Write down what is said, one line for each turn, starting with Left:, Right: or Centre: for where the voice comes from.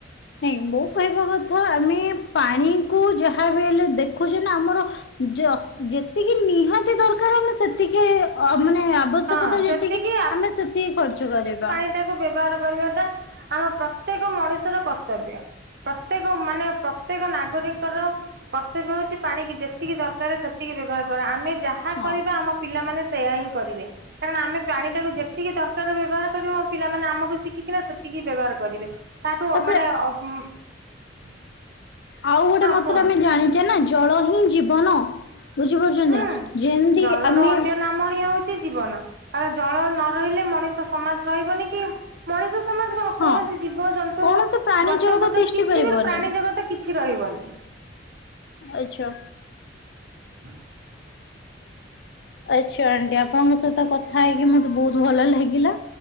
Left: ନାଇଁ ମୋ କହିବା କଥା ଆମେ ପାଣିକୁୁ ଯାହା ବି ହେଲେ ଦେଖୁଛେ ନା ଆମର ଯ ଯେତିକି ନିହାତି ଦରକାର ଆମ ସେତିକି ମାନେ ଆବଶ
Right: ହଁ
Left: ଶ୍ୟକ
Right: ସେତିକି
Left: ଯେତିକି ଆମେ ସେତିକି ଖର୍ଚ୍ଚ କରିବା।
Right: <unintelligible> କୁ ବ୍ୟବହାର କରିବାଟା ଆମ ପ୍ରତ୍ୟେକ ମଣିଷର କର୍ତ୍ତବ୍ୟ। ପ୍ରତ୍ୟେକ ମାନେ ପ୍ରତ୍ୟେକ ନାଗରିଙ୍କର କର୍ତ୍ତବ୍ୟ ହଉଛି ପାଣି ଯେତିକି ଦରକାର ସେତିକି ବ୍ୟବହାର କର ଆମେ ଯାହା ଯାହା
Left: ହଁ
Right: କରିବା ଆମ ପିଲାମାନେ ସେୟା ହିଁ କରିବେ। କାରଣ ଆମେ ପାଣି ଟାକୁ ଯେତିକି ଦରକାର ବ୍ୟବହାର କରିବ ଆ ପିଲାମାନେେ ଆମଠୁ ଶିଖିକିନା ସେତିକି ବ୍ୟବହାର କରିବେ। ତାଠୁ
Left: ତାପରେ
Right: ମାନେ <unintelligible>
Left: ଆଉ ଗୋଟେ ମତରେ
Right: କୁହନ୍ତୁ।
Left: ଆମେ ଜାଣିଛେ ନା ଜଳ ହିଁ ଜୀବନ। ବୁଝିପାରୁଛନ୍ତି
Right: ହୁଁ
Left: ନା ଯେମିତି
Right: ଜଳର
Left: ଆମେ
Right: <unintelligible> ହିଁ ହଉଛି ଜୀବନ କାର ଜଳ ନ ରହିଲେ ମଣିଷ ସମାଜ ରହିବନି କି ମଣିଷ ସମାଜ କଣ
Left: ହଁ
Right: କୌଣସି ଜୀବଜନ୍ତୁ
Left: କୌଣସି ପ୍ରାଣୀ
Right: ଗଛ
Left: ଜଗତ
Right: ଫୁଛ
Left: ତିଷ୍ଠି
Right: କିଛି
Left: ପାରିବନି
Right: ବି ପ୍ରାଣୀ ଜଗତ କିଛି ରହିବନି।
Left: ଆଚ୍ଛା।
Right: ହଁ
Left: ଆଚ୍ଛା ଆଣ୍ଟି ଆପଣଙ୍କ ସହିତ କଥା ହେଇକି ମତେ ବହୁତ ଭଲ ଲାଗିଲା।